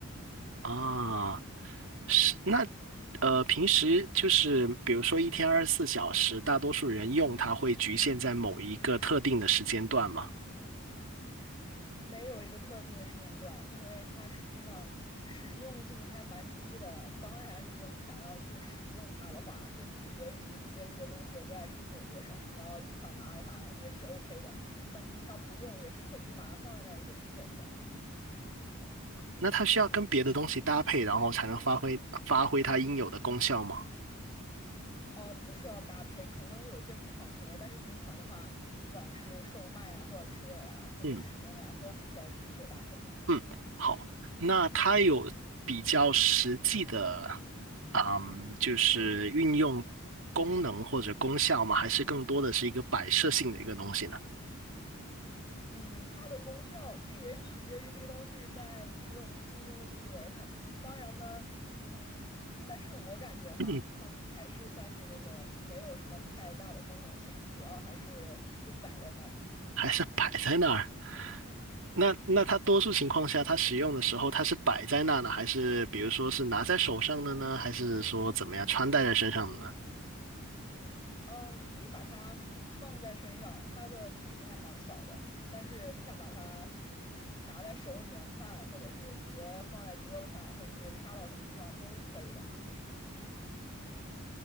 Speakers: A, on the right (about 65°); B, on the left (about 20°).
A: 啊？是那呃，平时就是比如说一天二十四小时，大多数人用它会局限在某一个特定的时间段吗？
B: 没有一个特定的时间段，因为它实际上实用性还蛮低的。当然，如果你想要去使用它的话，这取决于你对这个东西的热爱程度有多少。你要一直想拿着它也是 OK 的，但平常不用也是可以，就把它放在那儿也是可以的。
A: 那它需要跟别的东西搭配，然后才能发挥发挥它应有的功效吗？
B: 哦，不需要搭配，可能有一些捆绑行为，但是平常的话，不管是售卖呀，或者持有呀，或者使用呀，
A: 嗯
B: 都不需要去做搭配。
A: 嗯，好，那它有比较实际的，嗯，就是运用功能或者功效吗？还是更多的是一个摆设性的一个东西呢？
B: 嗯，它的功效，这也取决于这个东西在持有人心中的地位。<laughs> 当然呢，嗯，但是我感觉哈，
A: <clears throat>
B: 它还是算是那种没有什么太大的功能性，主要还是就摆在那儿。
A: 还是摆在那儿？那那它多数情况下，它使用的时候，它是摆在那呢，还是比如说是拿在手上的呢，还是说怎么样穿戴在身上的呢？
B: 呃，你可以把它放在身上，它的体积还蛮小的，但是你想把它嗯拿在手里面看，或者是直接放在桌子上，或者是插到什么地方都是可以的。